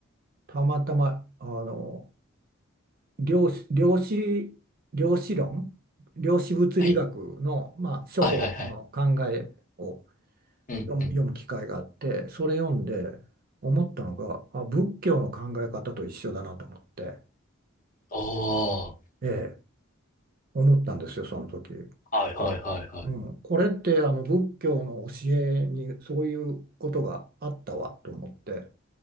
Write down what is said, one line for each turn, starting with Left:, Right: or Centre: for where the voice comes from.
Right: たまたま、あの、量子、量子、量子論、量子物理学の、
Left: はい。
Right: まあ、初歩の考えを
Left: はいはいはい。うんうん。
Right: 読む、読む機会があって、それ読んで思ったのが、あ、仏教の考え方と一緒だなと思って、
Left: ああ。
Right: ええ、思ったんですよ、その時。
Left: はいはいはいはい。
Right: うん、
Left: な
Right: これってあの仏教の教えにそういうことがあったわと思って。